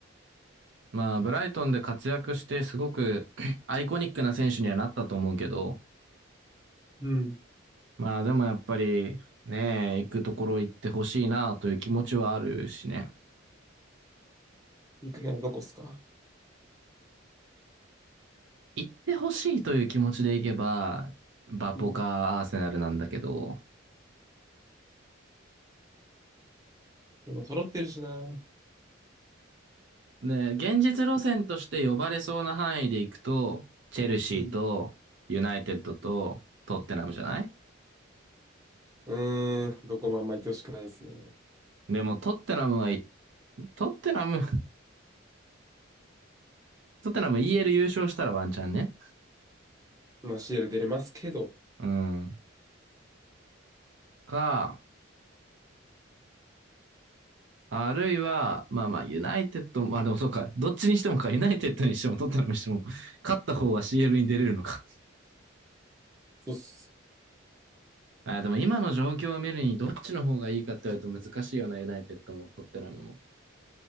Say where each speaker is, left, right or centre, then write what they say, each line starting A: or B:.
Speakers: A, on the right; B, on the right.
A: まあ、ブライトンで活躍してすごく <coughs> <laughs> アイコニックな選手にはなったと思うけど、
B: うん。
A: まあでもやっぱりね、行くところ行ってほしいなという気持ちはあるしね。
B: 行くならどこっすか
A: 行ってほしいという気持ちで行けば、バポかアーセナルなんだけど、
B: うん。でも揃ってるしな。<coughs> う
A: ね現実路線として呼ばれそうな範囲で行くと、チェルシーと、
B: ん。
A: ユナイテッドと、トッテナムじゃない
B: うーん。どこもあんま行ってほしくないですね。
A: でも、トッテナムはい、トッテナム、<laughs> トッテナム EL 優勝したらワンチャンね。
B: まあ CL 出れますけど。
A: うん。か、あるいは、まあまあ、ユナイテッド、まあでもそうか、どっちにしてもか、ユナイテッドにしてもトッテナムにしても、勝った方は CL に出れるのか。
B: そうっす。
A: あ、でも今の状況を見るに、どっちの方がいいかって言われると難しいよな、ユナイテッドも、トッテナムも。